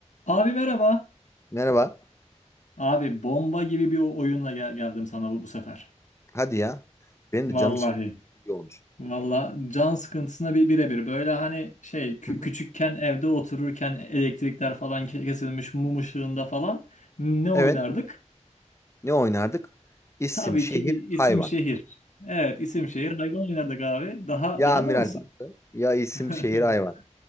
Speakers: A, on the left (about 85°); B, on the left (about 20°).
A: Abi merhaba.
B: Merhaba.
A: Abi bomba gibi bir o- oyunla gel- geldim sana bu, bu sefer.
B: Hadi ya. Benim
A: Vallahi.
B: de canım sıkıldı. İyi olmuş.
A: Vallahi can sıkıntısına bir birebir. Böyle hani şey kü-
B: Hı hı.
A: küçükken evde otururken elektrikler falan ke- kesilmiş mum ışığında falan ne oynardık?
B: Evet. Ne oynardık? İsim,
A: Tabii
B: şehir,
A: ki i- isim
B: hayvan.
A: şehir. Evet isim şehir hayvan oynardık abi. Daha
B: Ya
A: daha
B: amiral
A: ne olsun?
B: battı. Ya isim,
A: <laughs>
B: şehir, hayvan.